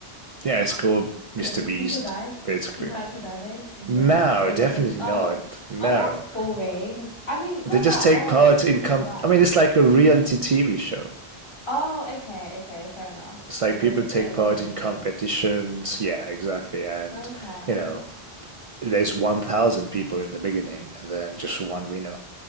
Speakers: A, on the right; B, on the left.
A: yeah, it's called
B: Okay,
A: Mr.
B: but did
A: Beast,
B: people die?
A: basically.
B: Did people actually die though? In
A: No,
B: the or was
A: definitely
B: it just oh,
A: not. No,
B: oh well, that's boring. I mean,
A: they
B: not
A: just
B: that
A: take
B: I want
A: part
B: people
A: in com.
B: to die.
A: I mean, it's like a reality TV show.
B: Oh, okay, okay, fair enough.
A: It's
B: So
A: like
B: they
A: people
B: would just
A: take
B: get eliminated.
A: part in competitions. Yeah, exactly, and
B: Okay.
A: you know, there's 1,000 people in the beginning, and then just one winner